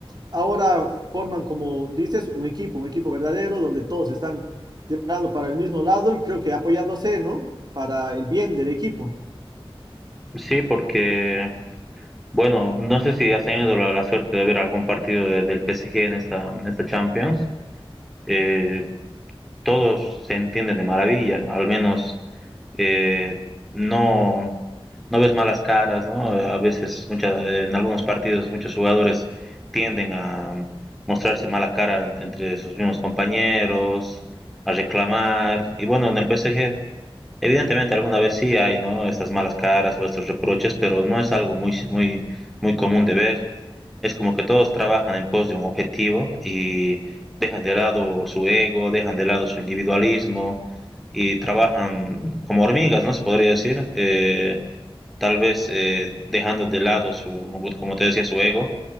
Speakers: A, on the right; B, in the centre.
A: ahora forman, como dices, un equipo, un equipo verdadero donde todos están tirando para el mismo lado y creo que apoyándose, ¿no? Para el bien del equipo.
B: Sí, porque, bueno, no sé si has tenido la, la suerte de ver algún partido de- del PSG en esta, en esta Champions. Eh, todos se entienden de maravilla, al menos eh, no, no ves malas caras, ¿no? A veces, mucha, en algunos partidos, muchos jugadores tienden a mostrarse mala cara entre sus mismos compañeros, a reclamar. Y bueno, en el PSG, evidentemente alguna vez sí hay, ¿no? Estas malas caras o estos reproches, pero no es algo muy, muy, muy común de ver. Es como que todos trabajan en pos de un objetivo y dejan de lado su ego, dejan de lado su individualismo y trabajan como hormigas, ¿no? Se podría decir. Eh, tal vez eh, dejando de lado su, como te decía, su ego,